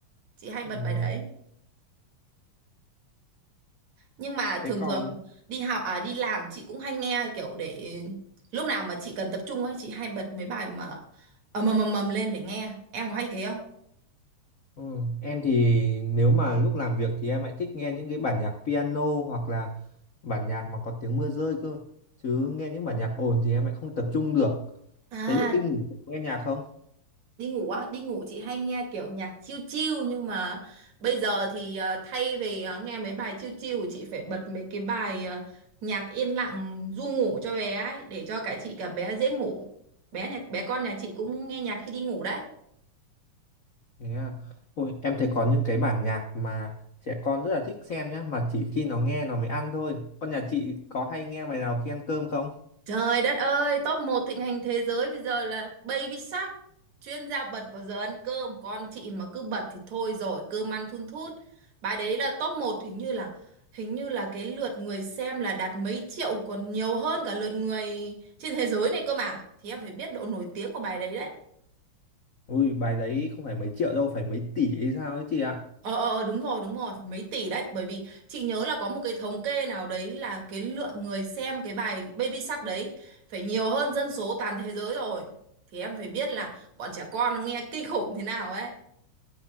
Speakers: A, on the right; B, on the left.
A: chị hay
B: Ừ.
A: bật bài đấy nhưng mà
B: Thế
A: thường
B: còn
A: thường đi học à đi làm chị cũng hay nghe kiểu để lúc nào mà chị cần tập trung ấy chị hay bật mấy bài mà ầm ầm ầm ầm lên để nghe em có hay thế không
B: ừ, em thì nếu mà lúc làm việc thì em lại thích nghe những cái bản nhạc piano hoặc là bản nhạc mà có tiếng mưa rơi cơ. Chứ nghe những bản nhạc ồn thì em lại không tập trung được.
A: à
B: Thế lúc đi ngủ nghe nhạc không?
A: đi ngủ á đi ngủ chị hay nghe kiểu nhạc chill chill nhưng mà bây giờ thì à, thay vì à, nghe mấy bài chill chill chị phải bật mấy cái bài à, nhạc yên lặng ru ngủ cho bé ấy để cho cả chị cả bé dễ ngủ bé nhà bé con nhà chị cũng nghe nhạc khi đi ngủ đấy
B: Thế à. Ôi, em thấy có những cái bản nhạc mà trẻ con rất là thích xem nhá, mà chỉ khi nó nghe nó mới ăn thôi. Con nhà chị có hay nghe bài nào khi ăn cơm không?
A: Trời đất ơi, top một thịnh hành thế giới bây giờ là Baby Shark, chuyên gia bật vào giờ ăn cơm, con chị mà cứ bật thì thôi rồi, cơm ăn thun thút. Bài đấy là top một hình như là hình như là cái lượt người xem là đạt mấy triệu còn nhiều hơn cả lượt người trên thế giới này cơ mà. Thì em phải biết độ nổi tiếng của bài đấy đấy.
B: Ui, bài đấy không phải mấy triệu đâu, phải mấy tỷ hay sao ấy chị ạ.
A: Ờ, ờ ờ, đúng rồi đúng rồi mấy tỷ đấy bởi vì chị nhớ là có một cái thống kê nào đấy là cái lượng người xem cái bài Baby Shark đấy phải nhiều hơn dân số toàn thế giới rồi thì em phải biết là bọn trẻ con nó nghe kinh khủng thế nào ấy <laughs>